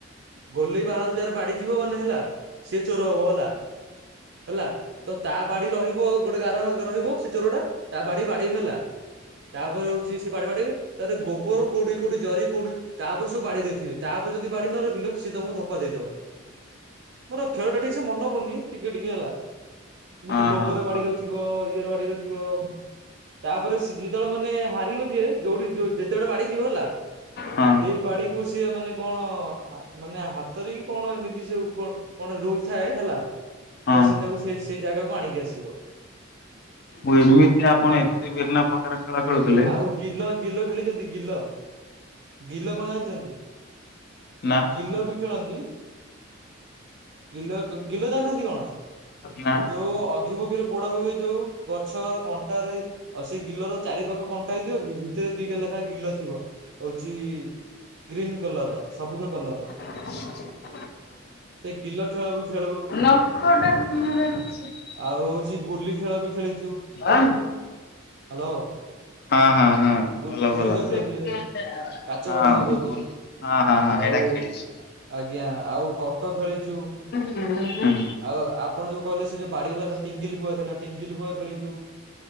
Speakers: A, on the right; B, on the left.
A: ଗଲେଇ ବାହାରୁ ଯାହାର ବାଡି ଯିବ ମାନେ ହେଲା ସିଏ ଚୋର ହବ ହେଲା ହେଲା।। ତ ତା ବାଡି ରହିବ ଗୋଟେ ଗାର ରହିବ ସେ ଚୋର ଟା ତା ବାଡିକି ବାଡେଇ ବୁ ହେଲା। ତାପରେ ହଉଛି ସେ ବିଡି ବାଡେଇବେ ତାପରେ ଗୋବର କୋଉଠି, କୋଉଠି, ଜରି କୋଉଠି। ତାପରେ ସବୁ ବାଡି ରଖିବେ ତାପରେ ଯଦି ବାଡି ନ ରଖିଲ ସିଏ ତମକୁ ଧପା ଦେଇଦବ। ମୋର ଆଉ ଖେଳ ଟା ଠିକ ସେ ମନେ ପଡୁନି ଟିକେ, ଟିକେ ହେଲା। ଏମିତି
B: ହଁ
A: ଗୋବର
B: ହଁ
A: ରେ
B: ହଁ
A: ବାଡି ରଖିବ ଇଏ ରେ ବାଡି ରଖିବ। ତାପରେ ସି ଯେତେବେଳେ ମାନେ ହାରିବ ଯିଏ ଯୋଉଠି ଯେତେ ବାଟ ବାଡେଇ ଥିବ ହେଲା।
B: ହଁ
A: ସେଇ ବାଡିକୁ ସିଏ ମାନେ କଣ ହା ମାନେ ହାତରେ କି କଣ ଏମିତି। ତି ସବୁ କଣ କଣ ରୁଲ ଥାଏ ହେଲା।
B: ହଁ
A: ତ ସେ ତାକୁ ସେ ସେଇ ଜାଗାକୁ ଆଣିକି ଆସିବ।
B: ଓ ଏମିତି ଆପଣ ଏତେ ଭିନ୍ନ ପ୍ରକାର ଖେଳ ଖେଳୁଥିଲେ।
A: ଆଜ୍ଞା ଆଉ ଗିଲ ଗିଲ ଖେଳିଛନ୍ତି ଗିଲ। ଗିଲ କଁ ଜାଣିଛନ୍ତି
B: ନା
A: ଗିଲ ବି ଖେଳନ୍ତି। ଗିଲ ଗିଲ ଜାନାହାନ୍ତି କଣ।
B: ନା
A: ଯୋଉ ଅଗି ଫଗିରେ ପୋଡା ହୁଏ ଯୋଉ ଗଛର କଣ୍ଟା ରହି। ଆଉ ସେ ଗିଲର ଚାରି ପାଖ କଣ୍ଟା ହେଇଥିବ ଭି ଭିତରେ ଦିଟା ଲେଖାଁ ଗିଲ ଥିବ ହଉଛି। ଗ୍ରୀନ୍ କଲର ର ସବୁଜ କଲର ର।
B: ହ
A: ସେ ଗିଲ ଖେଳ ବି ଖେଳୁ।
B: <unintelligible>
A: ଆଉ ହଉଛି ଗୁଲି ଖେଳ ବି ଖେଳିଛୁ।
B: ଅନ।
A: ହାଲୋ।
B: ହଁ ହଁ ହଁ।
A: ଗୁଲ୍
B: ଭଲ
A: ଗୁଲି
B: ଭଲ
A: ତ
B: ହଁ
A: ଖେଳିଥିବେ କାଚ ବାଟି ଯୋଉ କହୁଛ
B: ବୁଲ ହଁ ହଁ ହଁ
A: ଆଉ।
B: ଏଇଟା ଖେଳିଛି
A: ଆଜ୍ଞା ଆଉ କଟ ଖେଳିଛୁ।
B: ହୁଁ।
A: ଆଉ ଆପଣ ଯୋଉ କହିଲେ ସେ ଯୋଉ ବାଡ଼ିବାଲା ସେ ଟିଙ୍ଗିଲି ବୁଆ ସେଟା ଟିଙ୍ଗିଲି ବୁଆ ଖେଳି ଯୋଉ